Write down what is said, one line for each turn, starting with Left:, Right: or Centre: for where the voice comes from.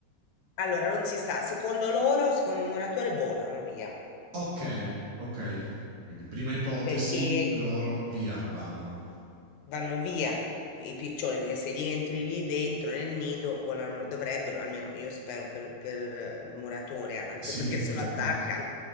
Left: Allora, non si sa, secondo loro, secondo il muratore, volano via,
Right: Ok, ok. Quindi prima ipotesi,
Left: perché
Right: loro via, vanno.
Left: vanno via i piccioni, perché se gli entri lì dentro nel nido, volano, dovrebbero, almeno io spero per, per eh, il muratore, anche
Right: Sì,
Left: perché
Right: infatti.
Left: se lo attaccano.